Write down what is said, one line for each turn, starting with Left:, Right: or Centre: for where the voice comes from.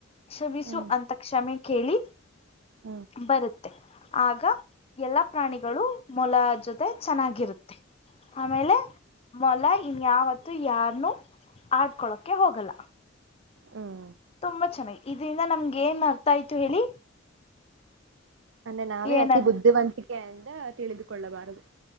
Left: ಕ್ಷಮಿಸು
Right: ಹ್ಮ್
Left: ಅಂತ ಕ್ಷಮೆ ಕೇಳಿ
Right: ಹ್ಮ್
Left: ಬರುತ್ತೆ ಆಗ ಎಲ್ಲಾ ಪ್ರಾಣಿಗಳು ಮೊಲ ಜೊತೆ ಚೆನ್ನಾಗಿರುತ್ತೆ ಆಮೇಲೆ ಮೊಲ ಇನ್ಯಾವತ್ತು ಯಾರ್ನು ಆಡ್ಕೊಳೋಕ್ಕೆ ಹೋಗಲ್ಲ
Right: ಹ್ಮ್
Left: ತುಂಬಾ ಚೆನ್ನಾಗಿ ಇದೇ ಇದರಿಂದ ನಮಗೇನ್ ಅರ್ಥಾಯ್ತು ಹೇಳಿ
Right: ಅಂದ್ರೆ ನಾವೇ
Left: ಏನಂತ
Right: ಅತಿ ಬುದ್ಧಿವಂತಿಕೆಯಂದೆ ತಿಳಿದುಕೊಳ್ಳಬಾರದು